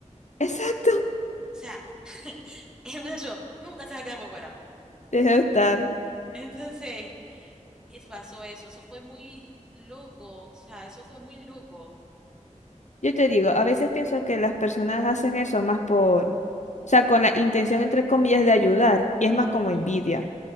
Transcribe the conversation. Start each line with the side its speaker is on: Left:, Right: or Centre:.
Left: Exacto.
Centre: sea, <laughs> el muchacho nunca se va a quedar por fuera.
Left: Debe estar.
Centre: Entonces, es- pasó eso. Eso fue muy loco. O sea, eso fue muy loco.
Left: Yo te digo, a veces pienso que las personas hacen eso más por, o sea, con la intención, entre comillas, de ayudar, y es más como
Centre: ¿Mm?
Left: envidia.